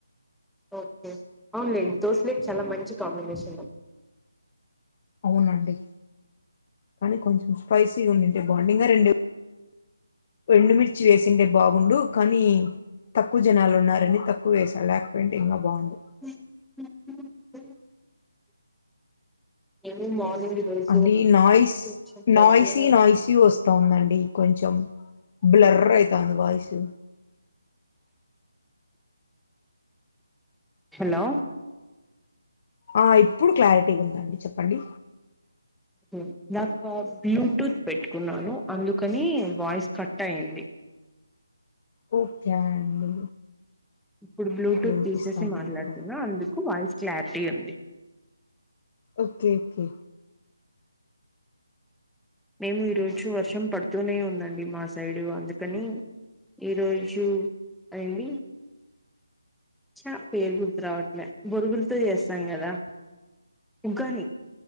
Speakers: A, in the centre; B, on the left.
A: ఒకే అవునులేండి దోశలోకి చాలా మంచి కాంబినేషన్
B: అవునండి కానీ కొంచెం స్పైసీగా ఉండుంటే బాగుండు ఇంగ రెండు ఎండుమిర్చి వేసింటే బాగుండు కానీ తక్కువ జనాలు ఉన్నారని తక్కు వేసా లేకపోయుంటే ఇంగా బాగుండు
A: <unintelligible> ఎర్లీ మార్నింగ్ రోజు
B: అండి నాయిస్
A: కొంచెం పడుతూనే
B: నాయిసీ
A: ఉం-
B: నాయిసి వస్తాందండి కొంచెం బ్లర్ ఐతంది వాయిస్
A: హలో
B: ఆ ఇప్పుడు క్లారిటీగా ఉందండి చెప్పండి
A: ఇందాక బ్లూటూత్ పెట్టుకున్నాను అందుకని వాయిస్ కట్ అయింది
B: ఒకే అండి
A: ఇప్పుడు బ్లూటూత్
B: వినిపిస్తానండి
A: తీసేసి మాట్లాడుతున్నా
B: బా
A: అందుకు వాయిస్ క్లారిటీ ఉంది
B: ఒకే ఒకే
A: మేము ఈ రోజు వర్షం పడుతూనే ఉందండి మా సైడు అందుకని ఈ రోజు అయింది చా పేరు గుర్తురావట్లే బొరుగులతో చేస్తాం గదా ఉగ్గాని